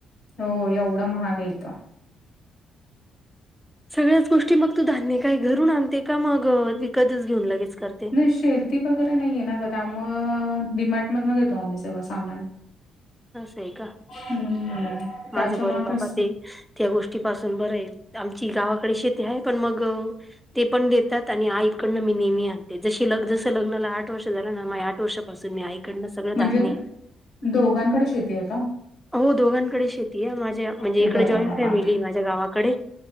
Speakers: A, on the left; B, in the centre.
A: हो एवढा महागा येतं
B: सगळ्याच गोष्टी मग तू धान्य काही घरून आणते का मग विकतच घेऊन लगेच करते
A: नाही शेती वगैरे नाहीये ना क म डडीमार्ट मध न घेतो आम्ही सगळं सामान
B: आस आहे का
A: हम्म् त्याच्या
B: माझं बरं
A: मुळे
B: बाबा
A: कस
B: ते त्या गोष्टी पाासून बर आहे आमची गावाकडे शेती आहे पण मग ते पण देतात आणि आईकडनं मी नेहमी आणते जशी ल जस लग्नाला आठ वर्ष झालं ना आठ वर्षापासून मी आई डन सगळं
A: म्हणजे
B: धान्य
A: दोघांकडे शेती आहे का
B: हो दोघांकडे शेती आहे माझ्या म्हणजे
A: ते
B: इकडे
A: बरं
B: जॉईंट
A: आहे बाबा
B: फॅमिली माझ्या गावाकडे